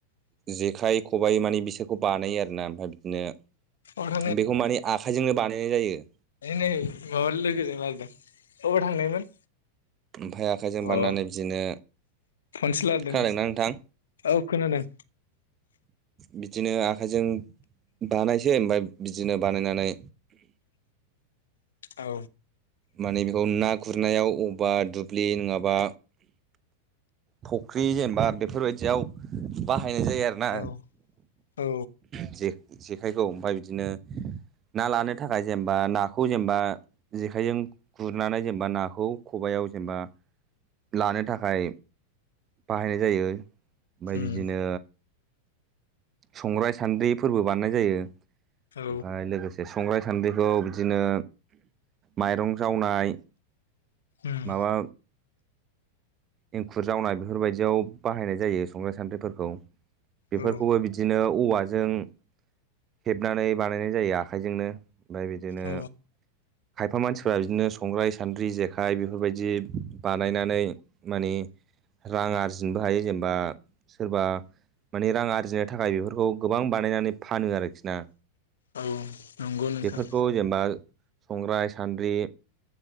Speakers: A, on the right; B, on the left.
A: जेखाय खबाइ माने बिसोरखौ बानायो आरोना। ओमफ्राय बिदिनो
B: अबाव
A: बेखौ माने आखाय जोंनो बानायनाय जायो।
B: है नै माबा लोगोजों रायलायदों अबाव थांनायमोन?
A: ओमफाय आखाइजों बानायनानै
B: अ
A: बिदिनो
B: <unintelligible>
A: खोनादोंना नोंथां
B: औ खोनादों।
A: बिदिनो आखाइजों बानायसै ओमफ्राय बिदिनो बानायनानै
B: औ
A: माने बेखौ ना गुरनायाव <unintelligible> बा दुब्लि नोङाबा फुख्रि जेनेबा बेफोरबायदियाव <unintelligible> बाहायनाय जायो आरोना
B: औ औ
A: ।जे-जेखाइखौ ओमफाय बिदिनो ना लानो थाखाय जेनेबा नाखौ जेनेबा जेखाइजों गुरनानै जेनेबा नाखौ खबायाव जेनेबा लानो थाखाय बाहायनाय जायो। ओमफ्राय
B: उम
A: बिदिनो संग्राय -सान्द्रि फोरबो बानायनाय जायो। ओमफ्राय
B: औ
A: लोगोसे <unintelligible> संग्राय- सान्द्रिखौ बिदिनो माइरं जावनाय
B: उम
A: माबा एंखुर जावनाय बेफोरबायदियाव बाहायनाय जायो संग्राय- सान्द्रिफोरखौ। बेफोरखौबो
B: औ
A: बिदिनो औवा <unintelligible> हेबनानै बानायनाय जायो आखाइजोंनो। ओमफ्राय बिदिनो
B: औ
A: खायफा मानसिफ्रा बिदिनो संग्राय -सान्द्रि, जेखाइ बेफोरबायदि बानायनानै माने रां आरजिनोबो हायो। जेनेबा सोरबा माने रां आरजिनो थाखाय बेफोरखौ गोबां बानायनानै फानो आरोखि ना।
B: औ नंगौ नोंथां
A: बेफोरखौ जेनेबा संग्राय- सान्द्रि